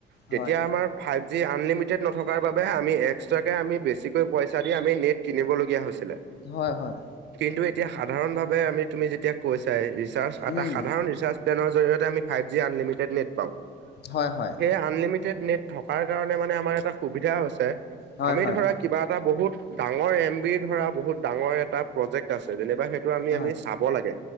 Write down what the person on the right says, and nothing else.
তেতিয়া
আমাৰ যি আনলিমিটেড নথকাৰ বাবে আমি এক্সট্ৰাকৈ আমি বেছিকৈ পইচা দি আমি নেট কিনিবলগীয়া হৈছিলে।
কিন্তু এতিয়া সাধাৰণভাৱে আমি তুমি যেতিয়া কৈছাই ৰিচাৰ্চ এটা
সাধাৰণ ৰিচাৰ্চ টেনৰ জৰিয়তে আমি ফাইভ জি আনলিমিটেড নেট পাওঁ
সেই আনলিমিটেড নেট থকাৰ কাৰণে মানে আমাৰ এটা সুবিধা হৈছে
আমি
ধৰা কিবা এটা বহুত ডাঙৰ এম বি ধৰা বহুত ডাঙৰ এটা প্ৰজেক্ট আছে যেনিবা সেই টো আমি
আমি চাব লাগে